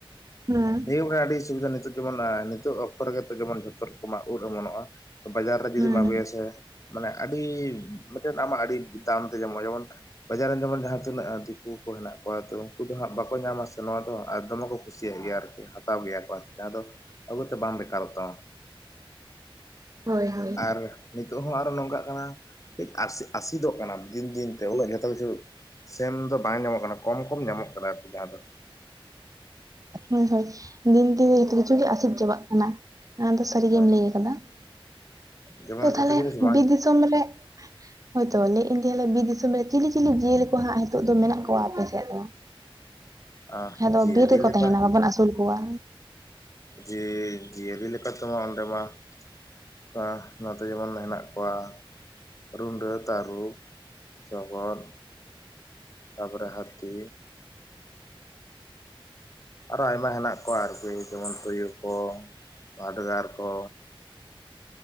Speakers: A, on the right (about 40°); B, on the left (about 35°).
A: ᱦᱩᱸ
B: ᱱᱤᱭᱟᱹ ᱟᱹᱰᱤ ᱥᱩᱵᱤᱫᱷᱟ ᱱᱤᱛᱳᱜ ᱡᱮᱢᱚᱱ, ᱱᱤᱛᱳᱤᱜ ᱚᱠᱛᱚ ᱨᱮ ᱜᱮ ᱡᱮᱢᱚᱱ ᱡᱷᱚᱛᱚ ᱨᱚᱠᱚᱢᱟᱜ ᱩᱨ ᱮᱢᱚᱱᱚᱜ-ᱟ᱾ ᱵᱟᱡᱟᱨ ᱨᱮ ᱡᱩᱫᱤᱢ
A: ᱦᱩᱸ
B: ᱟᱹᱜᱩᱭᱟ ᱥᱮ ᱢᱟᱱᱮ ᱟᱹᱰᱤ ᱢᱤᱫ ᱴᱮᱱ ᱟᱢᱟᱜ ᱟᱹᱰᱤ ᱫᱟᱢ ᱛᱮ ᱧᱟᱢᱚᱜ-ᱟ ᱡᱮᱢᱚᱱ- ᱵᱟᱡᱟᱨ ᱨᱮᱱ ᱡᱮᱢᱚᱱ ᱡᱟᱦᱟᱸ ᱛᱤᱱᱟᱹᱜ ᱫᱤᱠᱩ ᱠᱚ ᱦᱮᱱᱟᱜ ᱠᱚᱣᱟ ᱛᱚ ᱩᱱᱠᱩ ᱫᱚ ᱦᱟᱜ ᱵᱟᱠᱚ ᱧᱟᱢᱟ ᱥᱮ ᱱᱚᱣᱟ ᱫᱚ ᱟᱨ ᱫᱚᱢᱮ ᱠᱚ ᱠᱩᱥᱤᱭᱟᱜ ᱜᱮᱭᱟ ᱟᱨ ᱠᱚ ᱦᱟᱛᱟᱣ ᱜᱮᱭᱟ ᱠᱚ ᱡᱟᱦᱟᱸ ᱫᱚ ᱟᱹᱜᱚᱛ ᱛᱮ ᱵᱟᱝᱢ ᱵᱮᱠᱟᱨᱚᱜ ᱛᱟᱢ᱾
A: ᱦᱳᱭ ᱦᱳᱭ
B: ᱟᱨ ᱱᱤᱛᱚᱜ ᱦᱚᱸ ᱟᱨ ᱱᱚᱝᱠᱟᱜ ᱠᱟᱱᱟ ᱠᱟᱹ ᱟᱥ ᱟᱥᱤᱫᱚᱜ ᱠᱟᱱᱟ ᱫᱤᱱ ᱫᱤᱱᱛᱮ ᱩᱱᱟᱹᱜ ᱡᱷᱚᱛᱚ ᱠᱤᱪᱷᱩ ᱥᱮᱢ ᱫᱚ ᱵᱟᱝ ᱧᱟᱢᱚᱜ ᱠᱟᱱᱟ ᱠᱚᱢ ᱠᱚᱢ ᱧᱟᱢᱚᱜ ᱠᱟᱱᱟ ᱟᱨᱠᱤ ᱡᱟᱦᱟᱸ ᱫᱚ᱾
A: ᱦᱳᱭ ᱦᱳᱭ ᱫᱤᱱ ᱫᱤᱱ ᱡᱚ ᱠᱤᱪᱷᱩ ᱜᱮ ᱟᱥᱤᱫ ᱪᱟᱵᱟᱜ ᱠᱟᱱᱟ᱾ ᱱᱚᱣᱟ ᱫᱚ ᱥᱟᱹᱨᱤᱜᱮᱢ
B: ᱦᱮᱸ
A: ᱞᱟᱹᱭ ᱟᱠᱟᱫᱟ,
B: ᱡᱮᱢᱚᱱ
A: ᱛᱚ
B: ᱡᱷᱚᱛᱚ
A: ᱛᱟᱦᱞᱮ
B: ᱡᱤᱱᱤᱥ ᱵᱟᱝ
A: ᱵᱤᱨ ᱫᱤᱥᱚᱢ ᱨᱮ ᱦᱳᱭᱛᱳ ᱞᱟᱹᱭᱮᱫ ᱟᱹᱧ ᱞᱭᱟᱞᱮ ᱵᱤᱨ ᱫᱤᱥᱚᱢ ᱨᱮ ᱪᱤᱞᱤ ᱪᱤᱞᱤ ᱡᱤᱭᱟᱹᱞᱤ ᱠᱚ ᱦᱟᱸᱜ ᱱᱤᱛᱚᱜ ᱫᱚ ᱢᱮᱱᱟᱜ ᱠᱚᱣᱟ ᱟᱯᱮ ᱥᱮᱫ ᱫᱚ᱾
B: ᱟᱸ
A: ᱦᱮᱸ ᱫᱚ
B: ᱡᱤᱭᱟᱹᱞᱤ
A: ᱵᱤᱨ ᱨᱮᱠᱚ
B: ᱞᱮᱠᱟ
A: ᱛᱟᱸᱦᱮᱱᱟ ᱵᱟᱵᱚᱱ ᱟᱹᱥᱩᱞ ᱠᱚᱣᱟ᱾
B: ᱡᱮ, ᱡᱤᱭᱟᱹᱞᱤ ᱞᱮᱠᱟ ᱛᱮᱢᱟ ᱚᱸᱰᱮ ᱢᱟ ᱦᱮᱸ, ᱚᱱᱠᱟ ᱱᱚᱛ ᱡᱮᱢᱚᱱ ᱦᱮᱱᱟᱜ ᱠᱚᱣᱟ ᱨᱩᱸᱰᱟᱹ ᱛᱟᱹᱨᱩᱵ ᱥᱚᱜᱚᱛ᱾ ᱛᱟᱯᱚᱨᱮ ᱦᱟᱹᱛᱤ᱾ ᱟᱨ ᱟᱭᱢᱟ ᱦᱮᱱᱟᱜ ᱠᱚᱣᱟ ᱟᱨᱠᱤ ᱡᱮᱢᱚᱱ ᱛᱩᱭᱩ ᱠᱚ, ᱵᱷᱟᱰᱜᱟᱨ ᱠᱚ,